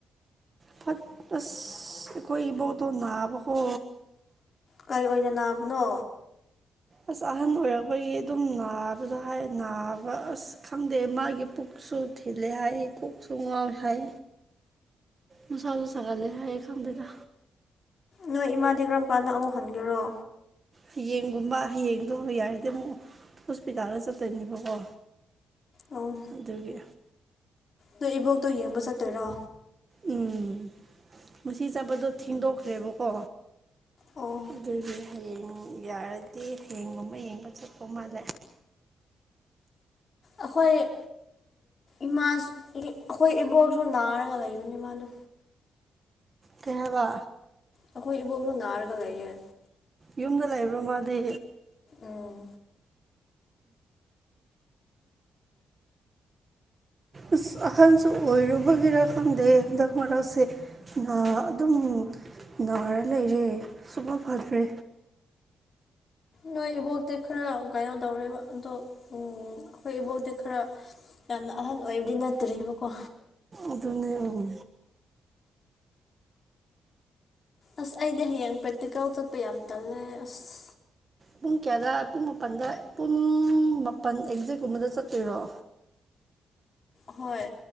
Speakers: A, on the right (about 25°); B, on the left (about 30°).
A: ꯐꯁꯈꯣꯏꯕꯣ ꯇꯣ ꯅꯅꯥꯕꯈꯣ
B: ꯀꯔꯤ ꯑꯣꯏꯅ ꯅꯥꯕꯅꯣ
A: ꯑꯁ ꯑꯍꯟ ꯑꯣꯏꯔꯛꯄꯒꯤ ꯑꯗꯨꯝ ꯅꯥꯕꯗ ꯍꯥꯏ ꯅꯥꯕ ꯑꯁ ꯈꯪꯗꯦ ꯃꯥꯒꯤ ꯄꯨꯛꯁꯨ ꯊꯦꯂꯦ ꯍꯥꯏꯥꯏ ꯀꯣꯛ ꯆꯨꯡꯉꯜ ꯍꯥꯏ ꯃꯁꯥꯁꯥꯒꯗꯦ ꯍꯥꯏꯌꯦ ꯈꯗꯗ
B: ꯅꯣꯏ ꯏꯃꯥꯗꯤ ꯀꯔꯝ ꯀꯥꯟꯗ ꯑꯃꯨꯛ ꯍꯟꯒꯦꯔꯣ
A: ꯍꯌꯦꯡꯒꯨꯝꯕ ꯍꯌꯦꯡꯗꯣ ꯌꯥꯔꯗꯤ ꯑꯃꯨꯛ ꯍꯣꯁꯄꯤꯇꯥꯜꯗ ꯆꯠꯇꯣꯏꯅꯦꯕꯀꯣ
B: ꯑꯣ
A: ꯑꯗꯨꯒꯤ
B: ꯅꯣ ꯏꯕꯣꯛꯇꯣ ꯌꯦꯡꯕ ꯆꯠꯇꯣꯏꯔꯣ
A: ꯎꯝ ꯉꯁꯤ ꯆꯥꯄꯗꯣ ꯊꯦꯡꯗꯣꯛꯈ꯭ꯔꯦꯕꯀꯣ
B: ꯑꯣ
A: ꯑꯗꯨꯗꯒꯤꯗꯒꯤ ꯍꯌꯦꯡ ꯌꯥꯔꯗꯤ ꯍꯌꯦꯡꯒꯨꯝꯕ ꯌꯦꯡꯕ ꯆꯠꯇꯧ ꯃꯥꯜꯂꯦ
B: ꯑꯩꯈꯣꯏ ꯏꯃꯥ ꯑꯩꯈꯣꯏ ꯏꯕꯣꯛꯁꯨ ꯅꯥꯔꯒ ꯂꯩꯕꯅꯤ ꯃꯥꯗꯣ
A: ꯀꯩ ꯍꯥꯏꯕ
B: ꯑꯩꯈꯣꯏ ꯏꯕꯣꯇ ꯅꯥꯔꯒ ꯂꯩꯌꯦ
A: ꯌꯨꯝꯗ ꯂꯩꯕ꯭ꯔꯥ ꯃꯥꯗꯤ
B: ꯎꯝ
A: ꯑꯁ ꯑꯍꯟꯁꯨ ꯑꯣꯏꯔꯨꯕꯒꯤꯔ ꯈꯪꯗꯦ ꯍꯟꯗꯛ ꯃꯔꯛꯁꯦ ꯑ ꯑꯗꯨꯝ ꯅꯥꯔ ꯂꯩꯔꯦ ꯁꯨꯐ ꯐꯗ꯭ꯔꯦ
B: ꯅꯣꯏ ꯏꯕꯣꯛꯇꯤ ꯈꯔ ꯀꯩꯅꯣ ꯇꯧꯔꯕ ꯑꯗꯣ ꯑꯩꯈꯣꯏ ꯏꯕꯣꯛꯇꯤ ꯈꯔ ꯌꯥꯝꯅ ꯑꯍꯟ ꯑꯣꯏꯕꯗꯤ ꯅꯠꯇ꯭ꯔꯦꯕꯀꯣ
A: ꯑꯗꯨꯅꯦ
B: ꯑꯁ ꯑꯩꯗꯤ ꯍꯌꯦꯡ ꯄ꯭ꯔꯦꯛꯇꯤꯀꯦꯜ ꯆꯠꯄ ꯌꯥꯝ ꯇꯜꯂꯦ ꯑꯁ
A: ꯄꯨꯡ ꯀꯌꯥꯗ ꯄꯨꯡ ꯃꯥꯄꯜꯗ ꯄꯨꯡ ꯃꯥꯄꯟ ꯑꯦꯛꯖꯦꯛꯀꯨꯝꯕꯗ ꯆꯠꯇꯣꯏꯔꯣ
B: ꯍꯣꯏ